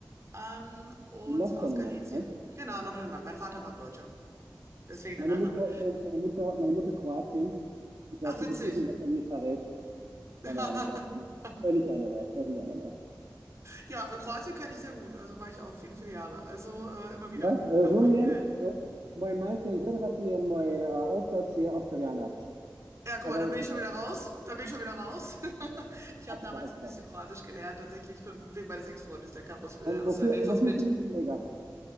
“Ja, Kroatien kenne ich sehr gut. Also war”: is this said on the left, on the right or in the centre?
Right